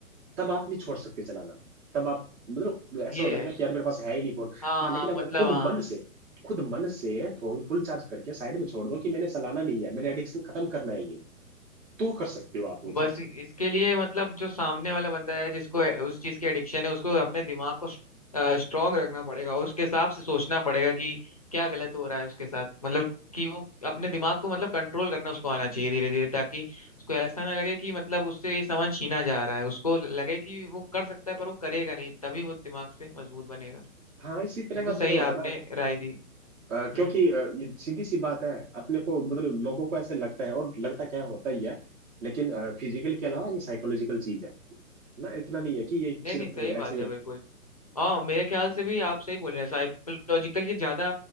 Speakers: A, on the right (about 60°); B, on the left (about 30°).
A: तब आप नहीं छोड़ सकते चलाना तब आप मतलब ऐसे
B: ये
A: हो जाएगा
B: है
A: कि यार मेरे पास है ही नहीं फोन
B: हाँ
A: हाँ
B: हाँ
A: लेकिन
B: मतलब
A: आप खुद
B: हाँ
A: मन से खुद मन से फोन फुल चार्ज करके साइड में छोड़ दो कि मैंने चलाना नहीं है मैंने एडिक्शन खत्म करना है ये तो कर सकते हो आप वो
B: बस
A: चीज
B: इसके लिए मतलब जो सामने वाला बंदा है जिसको ए- उस चीज की एडिक्शन है उसको अपने दिमाग को स्ट्रांग रखना पड़ेगा उसके हिसाब से सोचना पड़ेगा कि क्या गलत हो रहा है उसके साथ मतलब कि वो अपने दिमाग को मतलब कंट्रोल करना उसको आना चाहिए धीरे धीरे ताकि उसको ऐसा ना लगे कि मतलब उससे ये सामान छीना जा रहा है उसको लगे कि वो कर सकता है पर वो करेगा नहीं तभी वो दिमाग से मजबूत बनेगा
A: हाँ इसी तरह
B: बिल्कुल
A: का
B: सही
A: चुनाव होता
B: आपने
A: है ना
B: राय दी
A: अ, क्योंकि
B: हम्म
A: अ, ये सीधी सी बात है अपने को मतलब लोगों को ऐसे लगता है और लगता क्या है, होता ही है लेकिन फिजिकल के अलावा ये साइकोलॉजिकल चीज है ना इतना नहीं है कि ये
B: नहीं
A: सिर्फ
B: नहीं सही बात
A: ऐसे ही है
B: है बिल्कुल हाँ मेरे ख्याल से भी आप सही बोल रहे हैं साइकोलॉजिकल ये ज्यादा